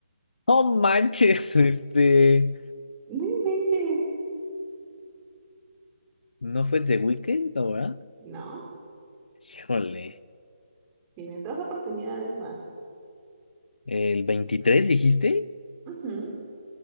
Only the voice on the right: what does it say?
No inventes.
No,
tienes dos oportunidades más.
Ujú,